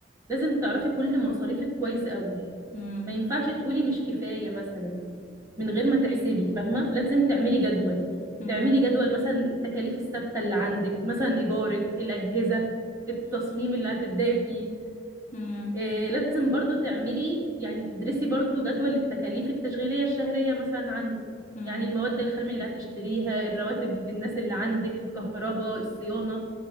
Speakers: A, on the right; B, on the left.
A: لازم تعرفي كل مصاريفك كويس قوي
B: مم.
A: ما ينفعش تقولي مش كفايه مثلا من غير ما تحسبي فاهمه لازم تعملي جدول
B: مم.
A: تعملي جدول مثلا التكاليف الثابته اللي عندك مثلا ايجارك الاجهزه التصميم اللي هتبداي فيه
B: مم.
A: آه، لازم برضو تعملي يعني تدرسي برضو جدول التكاليف التشغيلية الشهرية مثلا عندك
B: مم.
A: يعني المواد الخام اللي هتشتريها الرواتب للناس اللي عندك الكهرباء الصيانة